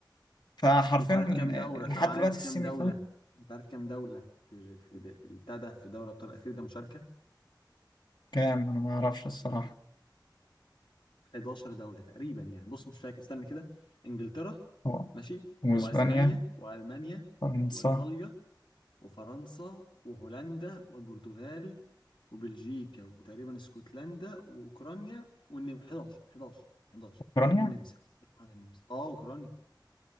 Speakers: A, on the left; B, on the left.
A: فحرفيا
B: انت عارف كام دوره
A: لحد
B: عارف
A: دلوقتي السيمي
B: كام دوله انت عارف كام دوله في في في البتاع ده في دوري ابطال الاخير ده مشاركه
A: كام أنا ما أعرفش الصراحة
B: 11 دولة تقريبا يعني بص مش فاكر استنى كده انجلترا
A: هو
B: ماشي
A: وإسبانيا
B: واسبانيا والمانيا
A: فرنسا
B: وايطاليا وفرنسا وهولندا والبرتغال وبلجيكا وتقريبا اسكتلندا واوكرانيا والنمسا 11 11 11
A: أوكرانيا
B: والنمسا طبعا النمسا اه اوكرانيا